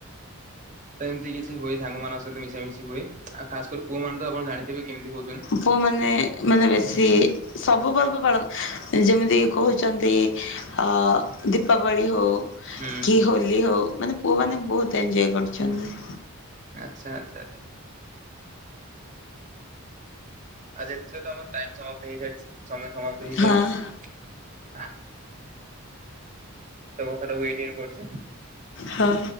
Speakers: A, on the right; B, on the left.
A: ତ ଏମତି କିଛି ହୁଏ ସାଙ୍ଗମାନଙ୍କ ସହିତ ମିଶାମିଶି ହୁଏ ଆଉ ଖାସ୍ କରି ପୁଅମାନେ ତ ଆପଣ ଜାଣିଥିବେ କେମିତି ହୋଉଚନ୍ତି।
B: ପୁଅମାନେ ମାନେ ବେଶୀ ସବୁ ପର୍ବ ପାଳନ୍ ଯେମିତି କି କୋହୁଚନ୍ତି ଅ ଦୀପାବଳି ହୋଉ
A: ହୁଁ
B: କି ହୋଲି ହୋଉ ମାନେ ପୁଅ ମାନେ ବୋହୁତ ଏଞ୍ଜୟ କରୁଚନ୍ତି।
A: ଆଚ୍ଛା ଆଚ୍ଛାରେ ଆ ଯଦି ଯଦି ତମର ଟାଇମ ସମାପ୍ତ ହେଇଯାଇଚି ସମୟ ସମାପ୍ତ ହେଇଯାଇଚି?
B: ହଁ
A: ଆ ତ କଥାଟାକୁ ଏଇଠି ଏଣ୍ଡ କରୁଚି।
B: ହଁ।